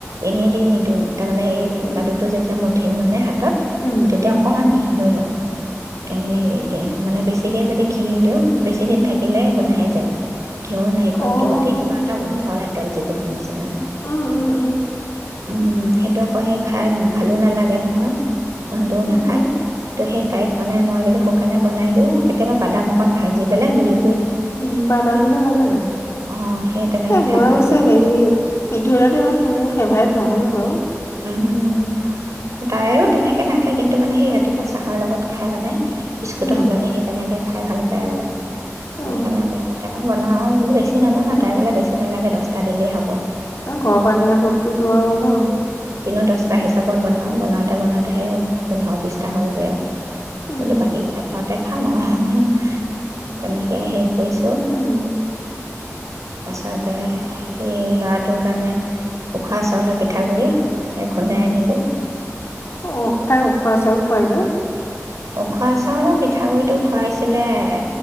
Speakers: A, on the right; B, on the left.
A: এনে দি নিদিওঁ তাৰমানে এই লাডুটো যেতিয়া মঠিম মানে হা তত
B: উম
A: তেতিয়া
B: উম
A: অকণমান ঘি লৈ লওঁ এ মানে বেছিকে যদি ঘি দিওঁ বেছি দিন থাকি কিলে গোন্ধাই যায় ঘিউ নাৰিকলটো
B: অ
A: প্ৰতি কিবা এটা গোন্ধ উলায় তেল চিগু তি নিচিনা
B: উম উম উম
A: উমম সেইটো আকৌ সেই খাই ভালো নালাগে নহয় তাহঁতেও
B: উম
A: নাখায় তো সেই তাইক মানে মই যদি শুকানে বনাই দিওঁ কেতিয়াবা বাদাম অকণ ভাজি পেলাই গুৰি
B: উম্ বাদাম দিলে ভাল লাগে
A: অঁ সেই তেনেকৈ
B: এই
A: খাই
B: মই
A: ভাল
B: অৱশ্যে
A: পায় তাই
B: হেৰি মিঠৈ লাডু ভাল বাৰু মোৰ ফেভাৰেট নহয়ো বাৰু
A: উম তাইও তেনেকে এক একে নাখায় খায় কিন্তু মানে সেই ৰাতিপুৱা চাহৰ লগত খাই মানে বিস্কুটৰ
B: উম
A: সলনি সেই তেনেকে খাই ভাল পায় আৰু
B: অ
A: সেইকাৰণে বোলে কেইটামান বনাই খাওঁ বোলি বেছি নৱনাই তাই ক'লে বেছি নালাগে দহটা দিলেই হ'ব
B: ঘৰ পানীয়া বস্তুতো আৰু ন
A: কিন্তু দহটা হিচাপত বনাম বনাওঁতে বনাওঁতেহে পোন্ধৰ বিছটা হ'লগৈ
B: উম
A: আৰু বাকীকেইটা ঘৰত দেখাম আৰু তেনেকে হেই কৰিছোঁ
B: উম
A: তাৰপাছতে সেই ল'ৰাটোৰ কাৰণে উখোৱা চাউলৰ পিঠাগুড়ি সেই খুন্দাই আনিলোঁ।
B: অ' তাক উখোৱা চাউল খুৱাই ন?
A: অ' খোৱা চাউলৰ পিঠাগুড়িটো খুৱাইছিলে এ